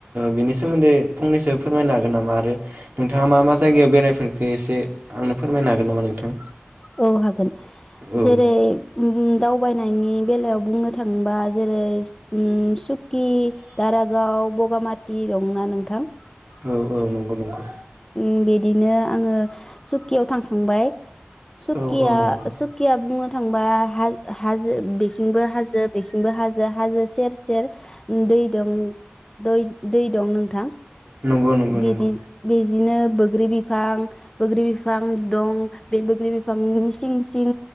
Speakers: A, on the right; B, on the left.
A: बेनि सो मोन्दै फंनैसो फोरमायनो हागोन नामा, आरो नोंथाङा मा मा जायगायाव बेरायफोरखो एसे आंनो फोरमायनो हागोन नामा नोंथां?
B: औ हागोन
A: औ
B: जेरै उम दावबायनायनि बेलायाव बुंनो थाङोबा जेरै उम सु कि दारागाव, बगामाथि दंना नोंथां?
A: औ औ नंगौ नंगौ
B: उम बिदिनो। आङो सकियाव थां खांबाय सकिया
A: औ औ नंगौ
B: सकिया बुङो थांबा हा-हाजो बेथिंबो हाजो बेथिंबो हाजो हाजो सेर सेर दै दं दै दै दं नोंथां।
A: नंगौ नंगौ
B: बिदि
A: नंगौ।
B: बिदिनो बोग्रि बिफां बोग्रि बिफां दं बे बोग्रि बिफांनि सिं सिं